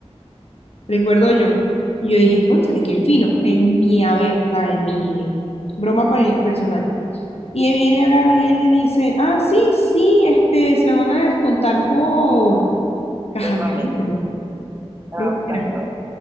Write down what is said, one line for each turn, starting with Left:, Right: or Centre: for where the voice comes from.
Left: recuerdo yo. Y yo dije, cónchale, qué fino, en mi haber, o sea, en mi broma pa- personal. Y él viene, agarra y él le dice, ah, sí, sí, este, se la van a descontar por caja
Right: por nómina,
Left: de ahorro,
Right: ah,
Left: creo que
Right: claro,
Left: era,